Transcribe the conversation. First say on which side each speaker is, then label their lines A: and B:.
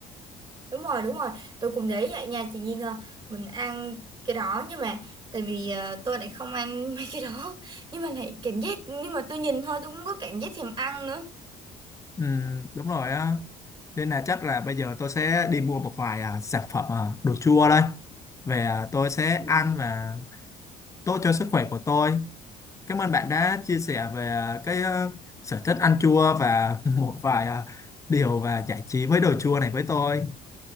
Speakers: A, on the right (about 30°); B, on the left (about 20°).
A: đúng rồi đúng rồi tôi cũng thấy vậy nha chị Nhi là mình ăn cái đó nhưng mà tại vì ờ, tôi lại không ăn <laughs> mấy cái đó nhưng mà lại cảm giác nhưng mà tôi nhìn thôi tôi cũng có cảm giác thèm ăn nữa
B: ừ, đúng rồi á nên là chắc là bây giờ tôi sẽ đi mua một vài à, sản phẩm à, đồ chua đây về à, tôi sẽ ăn và tốt cho sức khỏe của tôi Cảm ơn bạn đã chia sẻ về à, cái ờ, sở thích ăn chua và <laughs> một vài ờ, điều và giải trí với đồ chua này với tôi.